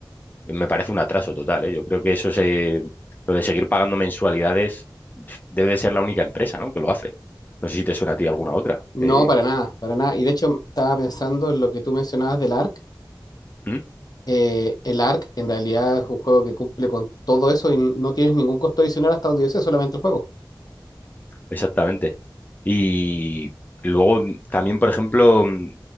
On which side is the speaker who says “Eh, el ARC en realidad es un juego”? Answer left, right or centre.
Left